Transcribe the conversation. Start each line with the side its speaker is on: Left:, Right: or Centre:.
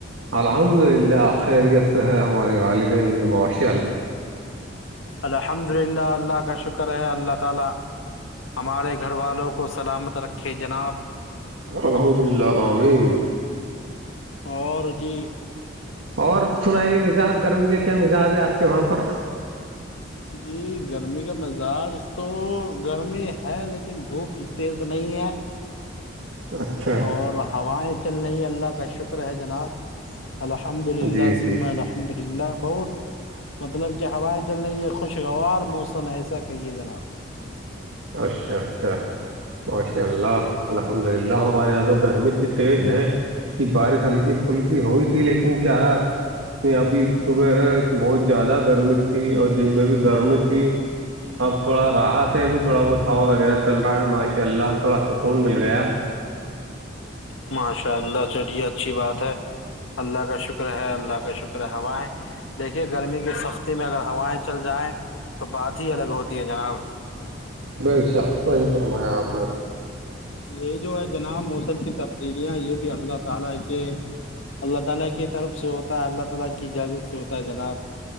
Right: الحمد للہ خیریتر ہے ہمارے والدین بھی معاشر
Left: الحمدللہ اللہ کا شکر ہے اللہ تعالی ہمارے گھر والوں کو سلامت رکھے جناب
Right: الحمد للہ آمںن
Left: اور جی
Right: اور سنائیے مزاج گرمی کے کیا مزاج ہے آپ کے وہاں پر
Left: جی گرمی کا مزاج تو گرمی ہے لیکن دھوپ تیز نہیں ہے
Right: اچھا
Left: اور ہوائیں چل رہی ہے اللہ کا شکر ہے جناب الحمد للہ
Right: جی
Left: سمہ
Right: جی
Left: الحمد للہ بہت مطلب کہ ہوائیں چل رہ یہ خوشگوار موسم ہے ایسا کہیے جناب
Right: اچھا اچھا ماشاء اللہ الحمد للہ ہمارے یہاں تو گرمی اتنی تیز ہے کہ بارش ہلکی پلکی ہوئی تھی لیکن کیا اتنی ابھی صبح ہے تو بہت زیادہ گرمی تھی اور دن میں بھی گرمی تھی اب تھوڑا راہت ہے ابھی تھوڑا بہت ہوا وغیرہ چل رہا ہے ماشاء اللہ تھوڑا سکون مل گیا
Left: ماشاء اللہ چلیے اچھی بات ہے اللہ کا شکر ہے اللہ کا شکر ہے ہوائیں دیکھیے گرمی کی سستی میں اگر ہوائیں چل جائیں تو بات ہی الگ ہوتی ہے جناب
Right: بےشک صحیح فرمایا آپ نے
Left: جی یہ جو ہے جناب موسم کی تبدیلیاں یہ بھی اللہ تعالی کے اللہ تعالی کی طرف سے ہوتا ہے اللہ تعالی کی اجازت سے ہوتا ہے جناب